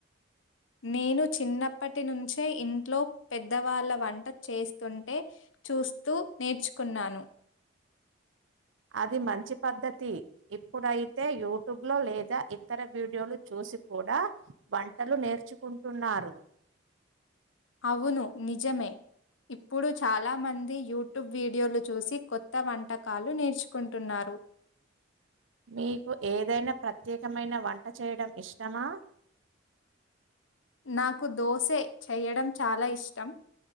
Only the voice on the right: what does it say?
అది మంచి పద్ధతి ఇప్పుడైతే యూట్యూబ్ లో లేదా ఇతర వీడియోలు చూ చూసి కూడా వంటలు నేర్చుకుంటున్నారు
మీకు ఏదైనా ప్రత్యేకమైన వంట చేయడం ఇష్టమా